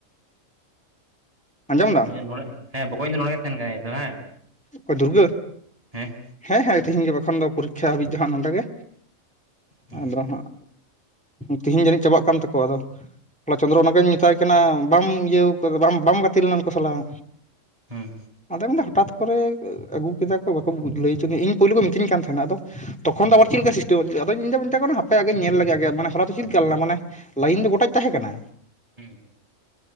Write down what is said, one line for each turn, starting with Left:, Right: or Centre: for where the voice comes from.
Centre: ᱟᱸᱡᱚᱢ ᱫᱟᱢ
Right: ᱱᱚᱰᱮ ᱦᱮᱸ ᱵᱚᱠᱚᱧ ᱫᱚ ᱱᱚᱰᱮ ᱜᱮ ᱛᱟᱦᱮᱱ ᱠᱟᱱᱟᱭ ᱛᱚ ᱵᱟᱝ
Centre: ᱚᱠᱟᱭ ᱫᱩᱨᱜᱟᱹ
Right: ᱦᱮᱸ
Centre: ᱦᱮᱸ ᱦᱮᱸ ᱛᱤᱦᱤᱧ ᱜᱟᱯᱟ ᱠᱷᱚᱱ ᱫᱚ ᱯᱚᱨᱤᱠᱠᱷᱟ ᱦᱟᱹᱵᱤᱡ ᱫᱚ ᱦᱟᱸᱜ ᱱᱚᱰᱮ ᱜᱮ
Right: ᱦᱩᱸ
Centre: ᱟᱫᱚ ᱦᱟᱸᱜ ᱟᱫᱚ ᱦᱟᱸᱜ ᱛᱤᱦᱤᱧ ᱡᱟᱹᱱᱤᱡ ᱪᱟᱵᱟᱜ ᱠᱟᱱ ᱛᱟᱠᱚᱣᱟ ᱟᱫᱚ ᱦᱚᱞᱟ ᱪᱚᱱᱫᱨᱚ ᱚᱱᱟᱜᱮᱧ ᱢᱮᱛᱟᱭ ᱠᱟᱱᱟ ᱵᱟᱢ ᱤᱭᱟᱹ ᱠᱟᱫᱟ ᱵᱟᱢ ᱵᱟᱢ ᱜᱟᱛᱮ ᱞᱮᱱᱟ ᱩᱱᱠᱩ ᱥᱟᱞᱟᱜ
Right: ᱦᱮᱸ
Centre: ᱟᱫᱚ ᱢᱮᱱᱫᱟ ᱦᱚᱴᱟᱛ ᱠᱚᱨᱮ ᱟᱹᱜᱩ ᱠᱮᱫᱟ ᱠᱚ ᱵᱟᱠᱚ ᱞᱟᱹᱭ ᱦᱚᱪᱚ ᱤᱧ ᱯᱳᱭᱞᱳ ᱠᱚ ᱢᱤᱛᱟᱹᱧ ᱠᱟᱱ ᱛᱟᱦᱮᱱᱟ ᱟᱫᱚ ᱛᱚᱠᱷᱚᱱ
Right: ᱦᱩᱸ
Centre: ᱫᱚ ᱟᱵᱟᱨ ᱪᱮᱫ ᱞᱮᱠᱟ ᱛᱚ ᱟᱫᱚᱧᱫᱚᱧ ᱢᱮᱛᱟᱜ ᱠᱟᱱᱟ ᱦᱟᱯᱮ ᱟᱜᱮᱧ ᱧᱮᱞ ᱞᱮᱜᱮ ᱟᱜᱮ ᱢᱟᱱᱮ ᱦᱚᱞᱟ ᱫᱚ ᱪᱮᱫᱞᱮᱠᱟ ᱞᱮᱱᱟ ᱢᱟᱱᱮ ᱞᱟᱭᱤᱱ ᱫᱚ ᱜᱚᱴᱟ ᱛᱟᱦᱮᱸ ᱠᱟᱱᱟ
Right: ᱦᱮᱸ᱾